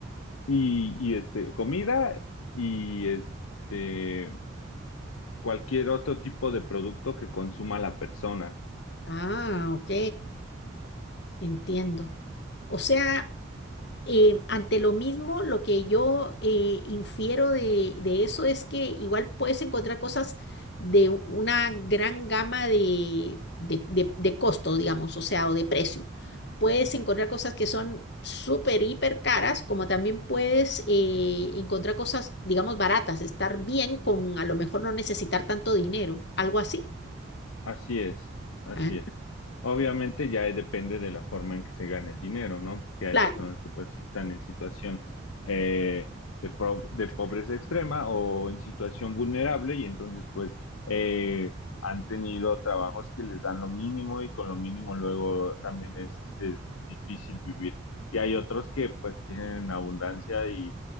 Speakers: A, on the left; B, on the left.
A: y, y este, comida y este, cualquier otro tipo de producto que consuma la persona.
B: ah, ok, entiendo. O sea, eh, ante lo mismo, lo que yo eh, infiero de, de eso es que igual puedes encontrar cosas de una gran gama de, de, de- de costos, digamos, o sea, o de precio. Puedes encontrar cosas que son súper, hiper caras, como también puedes eh, encontrar cosas, digamos, baratas, estar bien con a lo mejor no necesitar tanto dinero, algo así.
A: Así es, así
B: Ah,
A: es. Obviamente ya depende de la forma en que se gane el dinero, ¿no? Porque hay
B: Claro.
A: personas que pues sí están en situación eh, de, pro- de pobreza extrema o en situación vulnerable y entonces pues eh, han tenido trabajos que les dan lo mínimo y con lo mínimo luego también es este, difícil vivir. Y hay otros que pues tienen abundancia y,